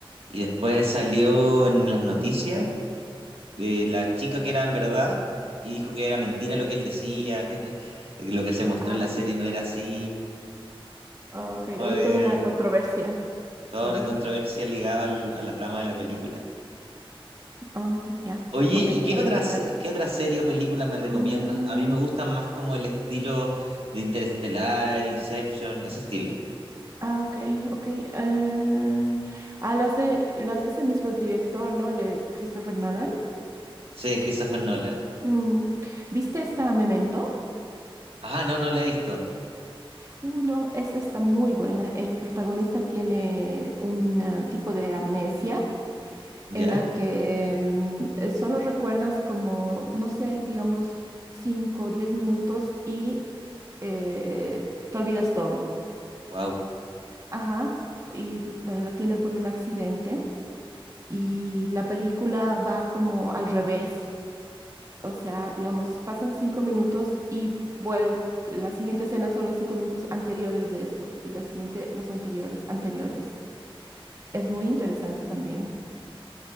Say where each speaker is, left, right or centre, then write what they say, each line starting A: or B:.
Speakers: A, on the right (about 80°); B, on the right (about 35°).
A: y después salió en las noticias eh, la chica que era en verdad y dijo que era mentira lo que él decía, <laughs> que lo que se mostró
B: Ah,
A: en la serie no era así.
B: ok,
A: no,
B: hoy
A: Eh,
B: toda una controversia,
A: toda
B: ¿se armó?
A: una controversia ligada al- a la trama de la película.
B: Ah, Ok, ya.
A: Oye,
B: Ok,
A: ¿y qué
B: la voy
A: otra,
B: a buscar.
A: se- qué otra serie o película me recomiendas?
B: Mm,
A: A mí me gustan más como el estilo de Interestelar, Inception, ese estilo.
B: ah, ok, ok. eh, ah, las de, las de ese mismo director, ¿no? De Christopher Nolan.
A: Sí, Christopher Nolan.
B: Mm, ¿viste esta Memento?
A: Ah, no, no la he visto.
B: Uh, no, esa está muy buena. El protagonista tiene un ah, tipo de amnesia
A: ¿Ya?
B: en la que mm, eh, solo recuerdas como, no sé, digamos 5 o 10 minutos y eh, te olvidas todo.
A: Wow.
B: Ajá. Y bueno, la tiene por un accidente y la película va como al revés. O sea, digamos, pasan cinco minutos y vuelve, la siguiente escena son los cinco minutos anteriores de esto y la siguiente los anteriores, anteriores. Es muy interesante también.